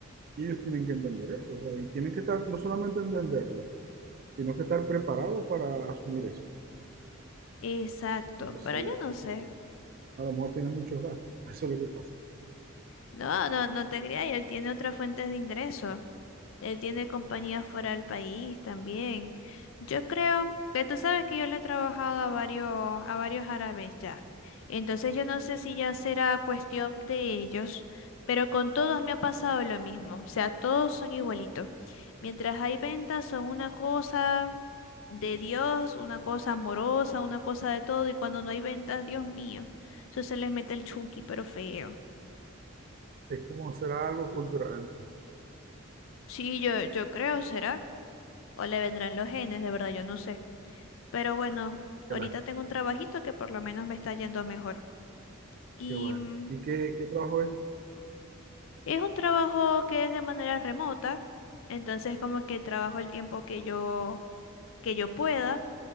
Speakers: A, on the right (about 45°); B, on the left (about 65°).
A: y ellos tienen que entender eso, o sea, y tienen que estar, no solamente entenderlo, sino que estar preparados para asumir eso.
B: Exacto,
A: Entonces,
B: pero yo no sé.
A: a lo mejor tienen muchos gastos, eso es lo que pasa.
B: No, no, no te creas, y él tiene otras fuentes de ingreso. Él tiene compañías fuera del país también. Yo creo que tú sabes que yo le he trabajado a varios, a varios árabes ya. Entonces yo no sé si ya será cuestión de ellos, pero con todos me ha pasado lo mismo. O sea, todos son igualitos. Mientras hay ventas, son una cosa de Dios, una cosa amorosa, una cosa de todo, y cuando no hay ventas, Dios mío, eso se les mete el chunky, pero feo.
A: Es como será algo cultural entonces.
B: Sí, yo, yo creo, será. O le vendrán los genes, de verdad, yo no sé. Pero bueno,
A: Que
B: ahorita
A: la-
B: tengo un trabajito que por lo menos me está yendo mejor. Y
A: qué bueno.
B: mm,
A: ¿Y qué, qué trabajo es?
B: es un trabajo que es de manera remota, entonces como que trabajo el tiempo que yo, que yo pueda.